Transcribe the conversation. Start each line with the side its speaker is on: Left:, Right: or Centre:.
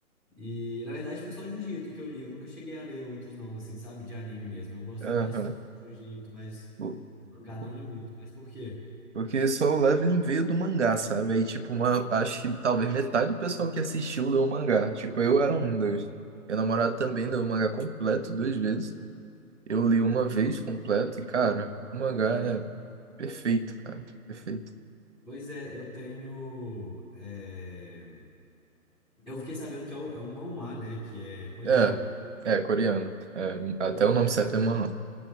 Centre: E na verdade foi só o Jujutsu que eu li. Eu nunca cheguei a ler outros, não, assim, sabe? De anime mesmo. Eu gosto
Right: Aham.
Centre: da história do Jujutsu, mas
Right: O-
Centre: o mangá não
Right: o-
Centre: li muito. Mas por quê?
Right: Porque só o Leveling veio do mangá, sabe? Aí, tipo, uma, acho que talvez metade do pessoal que assistiu leu o mangá. Tipo, eu era um deles. Meu namorado também leu o mangá completo duas vezes. Eu li uma vez completo e, cara, o mangá é perfeito, cara. Perfeito.
Centre: Pois é, eu tenho. é, Eu fiquei sabendo que é o, é o manhwa, né? Que é coreano.
Right: É, é coreano. É, até
Centre: Pois
Right: o
Centre: é,
Right: nome certo é Manhwa.